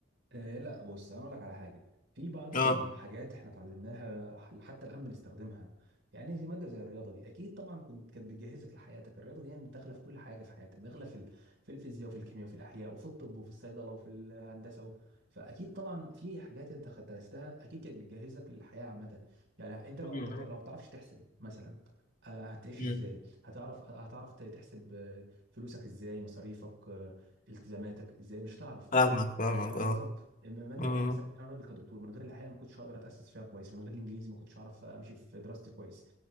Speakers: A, on the right; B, on the left.
A: آه لا بص انا اقول لك على حاجه في بعض
B: اه
A: الحاجات احنا اتعلمناها ح- حتى الان بنستخدمها يعني زي ماده زي الرياضه دي اكيد طبعا كنت كانت بتجهزك لحياتك الرياضه دي يعني داخله في كل حاجه في حياتك داخله في ال... في الفيزياء وفي الكيمياء وفي الاحياء وفي الطب وفي الصيدله وفي الهندسه و... فاكيد طبعا في حاجات انت خ- درستها اكيد كانت بتجهزك للحياه عامه يعني انت لو
B: مم.
A: انت بت- لو ما بتعرفش تحسب مثلا آه، هتعيش
B: مم.
A: ازاي هتعرف آه، هتعرف ت- تحسب آه، فلوسك ازاي مصاريفك آه، التزاماتك ازاي مش هتعرف
B: فاهمك فاهمك
A: اه بالظبط
B: اه
A: اما ماده
B: مم.
A: تانيه مثلا انا راجل كدكتور من غير الاحياء ما كنتش هقدر اتاسس فيها كويس من غير الانجليزي ما كنتش هعرف امشي في دراستي كويس